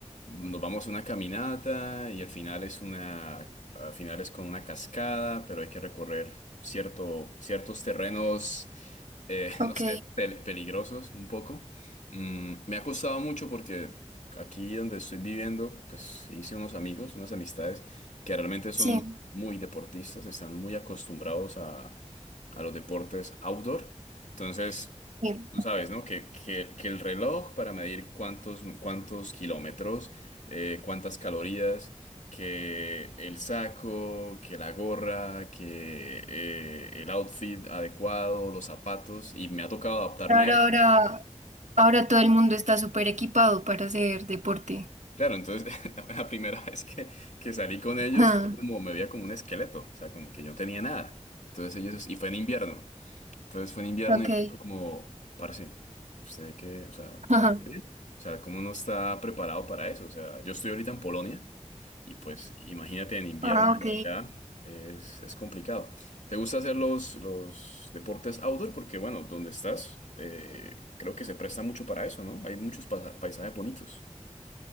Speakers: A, on the left (about 90°); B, on the right (about 75°).
A: nos vamos a una caminata y al final es una, al final es con una cascada, pero hay que recorrer cierto, ciertos terrenos eh, <laughs>
B: Ok,
A: no sé, pel- peligrosos un poco. Mm, me ha costado mucho porque aquí donde estoy viviendo, pues hice unos amigos, unas amistades que realmente son
B: sí,
A: muy deportistas, están muy acostumbrados a, a los deportes outdoor. Entonces,
B: bien.
A: tú sabes, ¿no? Que, que, que el reloj para medir cuántos, cuántos kilómetros, eh, cuántas calorías que el saco, que la gorra, que eh, el outfit adecuado, los zapatos, y me ha tocado adaptarme
B: Ahora,
A: a eso.
B: ahora, ahora todo el mundo está súper equipado para hacer deporte.
A: Claro, entonces <laughs> la primera vez que, que salí con ellos
B: Ah,
A: fue como me veía como un esqueleto, o sea, como que yo no tenía nada. Entonces ellos, y fue en invierno. Entonces fue en invierno
B: ok.
A: y fue como, parce, usted qué? o sea,
B: <laughs> ajá.
A: ¿eh? o sea, ¿cómo no está preparado para eso? O sea, yo estoy ahorita en Polonia y pues imagínate en invierno
B: Ah,
A: por
B: ok.
A: acá, es, es complicado. ¿Te gusta hacer los, los deportes outdoor? Porque bueno, donde estás, eh, creo que se presta mucho para eso, ¿no? Hay muchos pasa- paisajes bonitos.